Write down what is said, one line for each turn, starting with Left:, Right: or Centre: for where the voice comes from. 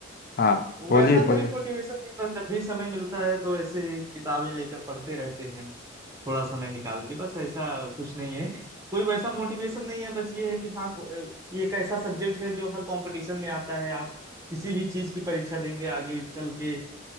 Left: हाँ बोलिए
Right: वैसा कोई
Left: बोलिए
Right: मोटिवेशन नहीं बस जब भी समय मिलता है तो ऐसे ही किताबें लेकर पढ़ते रहते हैं थोड़ा समय निकाल के बस ऐसा कुछ नहीं है कोई वैसा मोटिवेशन नहीं है बस ये है कि हाँ को- ये एक ऐसा सब्जेक्ट है जो हर कंपटीशन में आता है आप किसी भी चीज की परीक्षा देंगे आगे चल के